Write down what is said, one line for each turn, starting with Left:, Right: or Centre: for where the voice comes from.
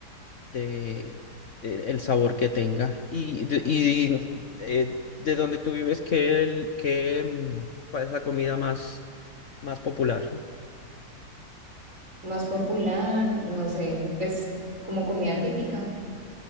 Left: de, el el sabor que tenga. Y, de- y eh, de dónde tú vives, ¿qué, el- qué, mm, cuál es la comida más, más popular?
Right: Más popular, no sé, pues como comida típica,